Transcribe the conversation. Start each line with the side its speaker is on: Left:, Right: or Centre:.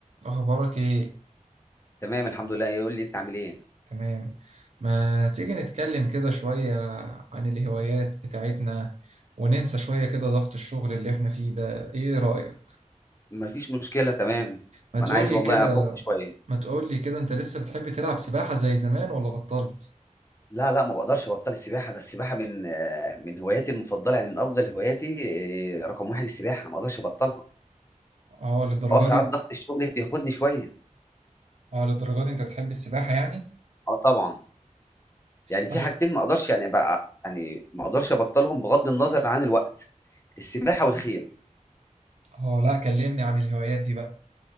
Right: أخبارك إيه؟
Left: تمام الحمد لله يقول لي انت عامل ايه
Right: تمام ما تيجي نتكلم كده شوية عن الهوايات بتاعتنا وننسى شوية كده ضغط الشغل اللي إحنا فيه ده إيه رأيك؟
Left: مفيش مشكله تمام
Right: ما
Left: ما
Right: تقولي
Left: انا عايز والله
Right: كده
Left: افك شويه
Right: ما تقولي كده أنت لسه بتحب تلعب سباحة زي زمان ولا بطلت؟
Left: لا لا ما بقدرش ابطل السباحه ده السباحه من آه، من هواياتي المفضله يعني من افضل هواياتي آه، رقم واحد السباحه ما اقدرش ابطلها
Right: أه للدرجة
Left: اه ساعات
Right: دي
Left: ضغط الشغل بياخدني شويه
Right: أه للدرجة دي أنت بتحب السباحة يعني؟
Left: اه طبعا يعني
Right: طب
Left: في حاجتين ما اقدرش يعني بقى يعني ما اقدرش ابطلهم بغض النظر عن الوقت السباحه والخيل
Right: أه لأ كلمني عن الهوايات دي بقى